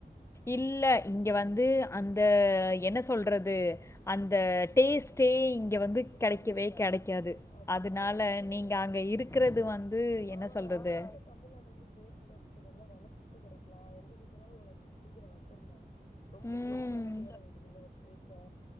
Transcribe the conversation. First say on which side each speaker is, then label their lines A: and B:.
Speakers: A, on the left (about 15°); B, on the left (about 40°).
A: இல்ல இங்க வந்து
B: ம்
A: அந்த என்ன சொல்றது
B: ம்
A: அந்த டேஸ்ட்டே இங்க வந்து
B: இருக்காது
A: கெடைக்கவே கெடைக்காது
B: அச்சச்சோ
A: அதனால நீங்க அங்க இருக் கிறது வந்து
B: அவ்ளோ
A: என்ன சொல்றது
B: எல்லாத்த விட தமிழ்நாடு வந்து சேஃபு த சிஸ்டர் எல்லா நல்லா ஃபுட்டு கெடைக்கலா எங்க சுத்தனாலும் ஒரு இடத்துக்கு சீக்கிர வந்தரலா ரொம்ப
A: ம்
B: பெருசாலா தேட வேண்டியது இல்ல ஒரு பிளேஸ